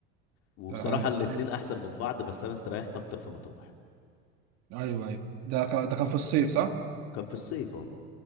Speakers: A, on the left; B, on the right.
A: وبصراحة
B: ايوه
A: الاتنين أحسن من بعض بس أنا استريحت أكتر في مطروح
B: ايوه ايوه ده ك- ده كان في الصيف صح
A: كان في الصيف اه